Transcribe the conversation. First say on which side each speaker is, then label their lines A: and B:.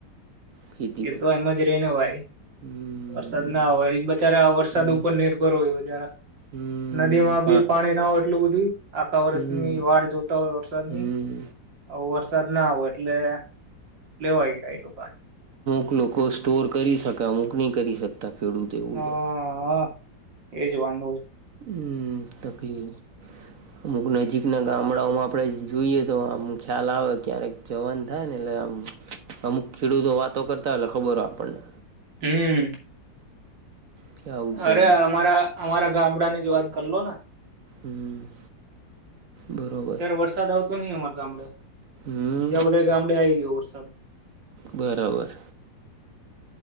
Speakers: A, on the right; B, on the right.
A: ખેતી
B: એ
A: પર
B: તો એમ જ રહીને ભાઈ
A: હમ
B: વરસાદ ના હોય બચારા
A: હમ
B: વરસાદ ઉપર નિર્ભર હોય બાર
A: હમ
B: નદી માં
A: પા
B: બી પાણી ના હોય એટલું બધું આખા વર્ષની
A: હમ
B: વાળ જોતા હોય વરસાદની
A: હમ
B: હ વરસાદ ના આવે એટલે લેવાય ગાય એલું કાન
A: ક લોકો સ્ટોર કરી શકામૂક ન કરી શકતા ખેડૂત એવું
B: હા
A: છે
B: એજ વાન
A: હ તકલીફ અમુક નજીકના ગામડાઓમાં આપડે જોઈએ તો આમ ખ્યાલ આવે ક્યારેક જવન થાય ને એટલે અમુક ખેડૂતો વાતો કરતા હો ખબર હો આપણને.
B: હમ.
A: કે આવું છે
B: અરે
A: એમ
B: અમારા અમારા ગામડાની જ વાત કરલોને.
A: હમ. બરોબર
B: અત્યારે વરસાદ આવતો નય અમાર ગામડે
A: હમ
B: બીજા બધા ગામડે આવી ગયો વરસાદ.
A: બરાબર.